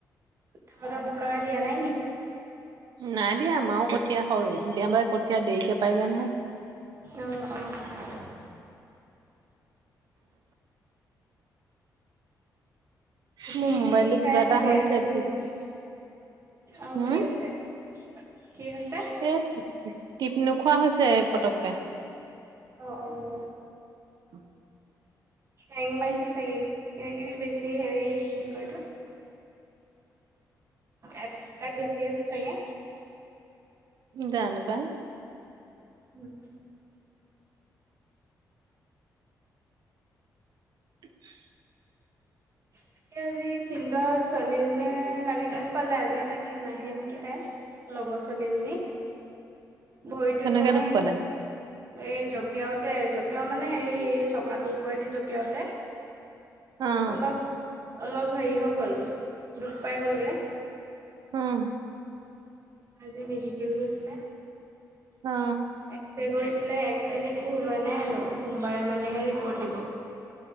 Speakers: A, on the right; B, on the right.
A: তহঁতৰ বোকা দিয়া নাই নি?
B: নাই দিয়া আমাৰও কঠীয়া হয় দেবাৰে কঠীয়া দেৰিকে পাৰিলে নহয়।
A: উম, অ'। ৰুটি
B: মোৰ মোবাইলটো
A: খাই
B: কিবা এটা
A: মই বেয়াহে
B: হৈছে
A: কৰিলো
B: টিপ
A: নি আৰু
B: হম
A: কি হৈছে? কি হৈছে?
B: এই টিপ টিপ নোখোৱা হৈছে এই পতককে।
A: আহ অ'।
B: <unintelligible> <inaudible>
A: হেং মাৰিছে চাগে, কিবা কিবি বেছি হেৰি কি কয়তো? এপছ, বিলাক বেছি আছে চাগে।
B: জানো পাই।
A: উম।
B: <unintelligible>
A: তাকে আজি ফিল্ডত ছোৱালী এজনীয়ে, কালি দুখ পালে আজি তাকে নাহে নেকি তাই। লগৰ ছোৱালী এজনী।
B: <inaudible>
A: ভৰিটোত
B: কেনেকে
A: মানে।
B: দুখ পালে
A: এই জঁপিয়াওতে জঁপিয়াও মানে, হেৰি চকাটোৰ ওপৰেদি জঁপিয়াওতে।
B: আহ।
A: অলপ অলপ হেৰি হৈ গ'ল, দুখ পাই গ'লগে।
B: উম,
A: আজি মেডিকেল গৈছিলে,
B: অ
A: এক্সৰে কৰিছিলে। এক্সেড একো ওলোৱা নাই হেনো, সোমবাৰে মানেহে ৰিপ'ৰ্ট দিব।